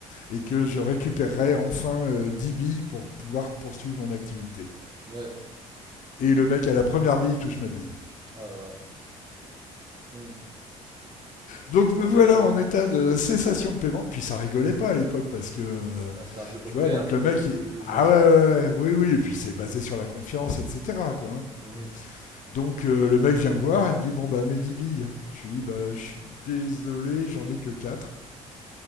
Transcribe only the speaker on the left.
et que je récupérerais enfin euh, 10 billes pour pouvoir poursuivre mon activité.
Et le mec à la première bille touche ma bille.
Donc
me voilà
en état de cessation de paiement. Puis ça rigolait pas à l'époque parce que, euh,
tu vois, donc
le mec,
il...
ah
ouais, ouais, ouais, oui, oui, et puis c'est basé sur la confiance, etc. Quoi. hein.
Donc euh, le mec vient me voir et me dit, bon, bah, mes 10 billes. Je lui dis, bah, je suis désolé, j'en ai que 4.